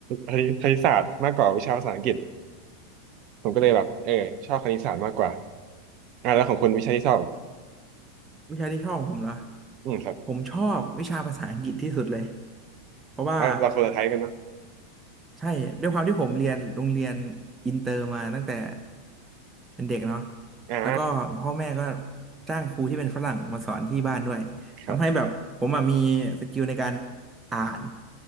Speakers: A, on the right; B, on the right.
A: คณิตคณิตศาสตร์มากกว่าวิชาภาษาอังกฤษผมก็เลยแบบเออชอบคณิตศาสตร์มากกว่าอ่าแล้วของคุณวิชาที่ชอบอ่ะ
B: วิชาที่ชอบของผมเหรอ
A: อืมครับ
B: ผมชอบวิชาภาษาอังกฤษที่สุดเลยเพราะว่า
A: อ่าเราคนละไทยกันเนาะ
B: ใช่ด้วยความที่ผมเรียนโรงเรียนอินเตอร์มาตั้งแต่เป็นเด็กเนาะ
A: อ่า
B: แล้วก็พ่อแม่ก็จ้างครูที่เป็นฝรั่งมาสอนที่บ้านด้วยทำให้แบบผมอะมีสกิลในการ
A: ครับ
B: อ่าน